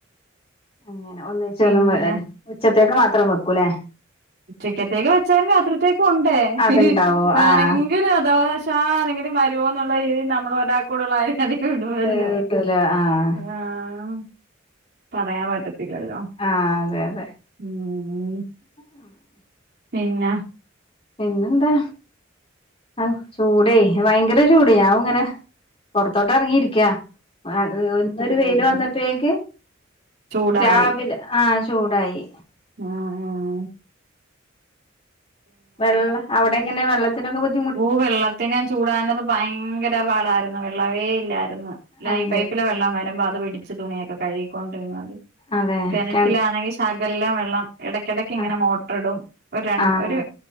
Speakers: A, on the left; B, on the right.
A: അങ്ങനെ ഒന്നിച്ച
B: പിന്നെ
A: ഒന്നും ഉച്ചത്തേക്ക് മാത്രം വെക്കൂലേ
B: ഉച്ചിക്കത്തേക്ക് വെച്ചാലും രാത്രിത്തേക്കും ഉണ്ടേ
A: അതുണ്ടാവോ
B: ആരെങ്കിലും
A: ആ
B: അഥവാശ ആരെ വരുവോന്നുള്ള രീതിയിൽ നമ്മൾ ഒരാൾക്കൂടുള്ളരും അധികം ഇടുവല്ലോ
A: കിട്ടൂല ആഹ്
B: ആഹ് പറയാൻ പറ്റത്തില്ലല്ലോ
A: ആഹ് അതെ അതെ
B: <unintelligible>
A: <unintelligible>
B: പിന്നെ
A: പിന്നെന്താ ആഹ് ചൂടേ ഭയങ്കര ചൂടേ ഞാൻ ഇങ്ങനെ പൊർത്തോട്ട് എറങ്ങിയിരിക്കാ ആഹ് ഒരു വെയില് വന്നപ്പോഴേക്ക്
B: ചൂടായി
A: രാവിലെ ആഹ് ചൂടായി
B: ആഹ് ആഹ്
A: വെള്ള അവിടെ എങ്ങനെ വെള്ളത്തിനൊക്കെ ബുദ്ധി
B: ഓഹ് വെള്ളത്തിന് ചൂടാനത് ഭയങ്കരം പാടായിരുന്നു വെള്ളവേ ഇല്ലായിരുന്നു ലൈൻ
A: അതെ
B: പൈപ്പിലെവെള്ളം വരുമ്പോ അത് പിടിച്ച് തുണിയൊക്കെ കഴുകിക്കൊണ്ടിരിന്നാത്
A: അതെ
B: കെണറ്റിലാണെങ്കിൽ
A: കെണ
B: ശ് സകല്ലം വെള്ളം ഇടക്കിടക്ക് ഇങ്ങനെ
A: ആഹ്
B: മോട്ടർ ഇടും ഒരു രൺ
A: ആഹ്
B: ഒരു